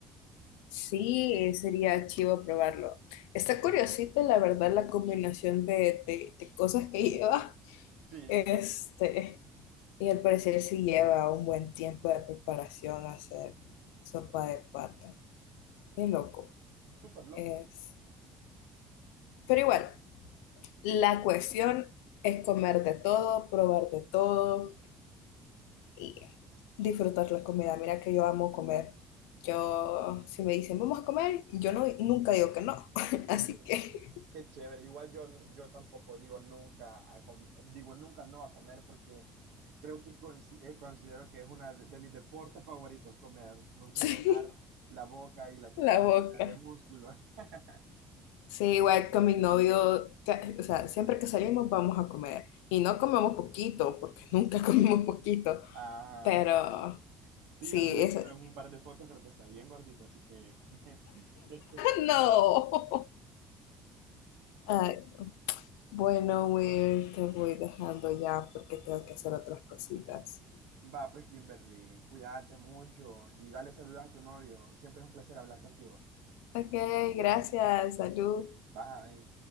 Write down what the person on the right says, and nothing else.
Sí,
Súper loco.
Qué,
qué chévere. Igual yo, yo tampoco digo nunca, a com- digo nunca no a comer porque creo que consi- eh, considero que es una de de mis deportes favoritos comer. Me gusta
entrenar
la boca y la tengo
llena de músculo. <laughs>
Ah,
Sí,
ya lo he
visto en
un par de fotos, creo que está bien gordito, así que <laughs> qué chévere.
Va, pues Kimberly, cuídate mucho y dale saludos a tu novio. Siempre es un placer hablar contigo.
Bye.